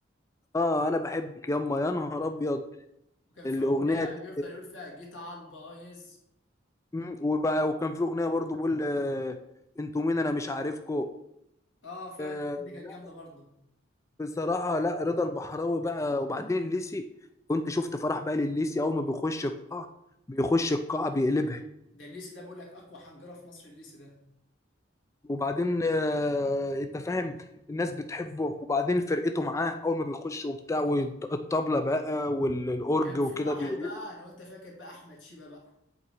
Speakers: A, on the left; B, on the left.
A: اه انا بحبك ياما يا نهار ابيض
B: وكان في
A: الاغنيه
B: اغنيه
A: دي
B: بيفضل يقول فيها جيت على البايظ
A: مم. وبقى وكان في اغنيه برضو بقول آه، انتوا مين انا مش عارفكو
B: اه فعلا
A: آه
B: الأغنية دي كانت
A: لا
B: جامده برضه
A: بصراحه لا رضا البحراوي بقى وبعدين الليسي كنت شفت فرح بقى للليسي اول ما بيخش القاعه بيخش القاعه بيقلبها
B: ده الليسي ده بيقول لك اقوى حنجره في مصر الليسي ده
A: وبعدين آه انت فاهم الناس بتحبه وبعدين فرقته معاه اول ما بيخش وبتاع والطبله بقى والاورج
B: وكان في
A: وكده
B: واحد
A: بيقلبه
B: بقى لو انت فاكر بقى احمد شيبه بقى